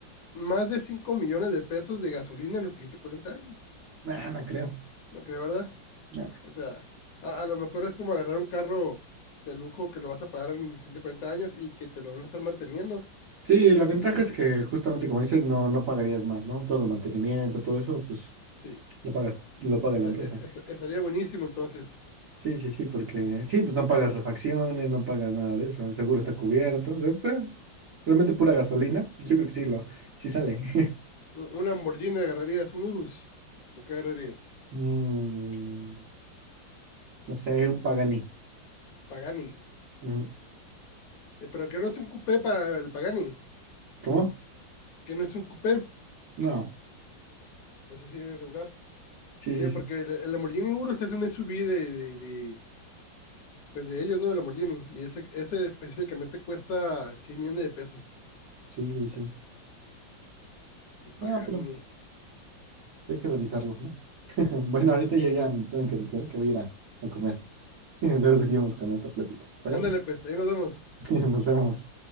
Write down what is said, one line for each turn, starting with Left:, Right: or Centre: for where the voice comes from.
Left: más de 5 millones de pesos de gasolina en los siguientes 40 años?
Right: Nah, no creo.
Left: No creo, ¿verdad?
Right: No.
Left: O sea, a, a lo mejor es como agarrar un carro de lujo que lo vas a pagar en los siguientes 40 años y que te lo van a estar manteniendo.
Right: Sí,
Left: Eh,
Right: la ventaja
Left: sí,
Right: es
Left: sí,
Right: que
Left: sí.
Right: justamente como dices, no, no pagarías más, ¿no? Todo el mantenimiento, todo eso, pues
Left: Sí,
Right: lo pagas, lo paga
Left: Ese-
Right: la empresa.
Left: es- es- estaría buenísimo entonces
Right: Sí, sí, sí, porque sí, pues no
Left: un
Right: pagas
Left: carro de
Right: refacciones,
Left: lujo.
Right: no pagas nada de eso, el seguro está cubierto, o sea, fue realmente pura gasolina, pues, yo creo que sí, lo, sí sale. <laughs>
Left: Un un Lamborghini agarrarías, un Urus. ¿O qué agarrarías?
Right: Mm, no sé, un Pagani.
Left: Pagani.
Right: Ujú.
Left: Eh, pero que no es un coupé para el Pagani.
Right: ¿Cómo?
Left: Que no es un coupé.
Right: No,
Left: es así de regular.
Right: sí,
Left: Mira,
Right: sí, sí,
Left: porque el, el Lamborghini Urus es un SUV de, de, de- pues de ellos, ¿no? El Lamborghini. Y ese, ese específicamente cuesta 100 millones de pesos.
Right: sí, sí, sí.
Left: Aquí, El Pagani.
Right: No, pero hay que revisarlo, ¿no? <laughs> Bueno, ahorita yo ya me tengo que retirar, que voy a ir a, a comer. <laughs> Luego seguimos con esta plática, ¿te parece?
Left: Ándale, pues, ahí nos vemos.
Right: <laughs> Nos vemos.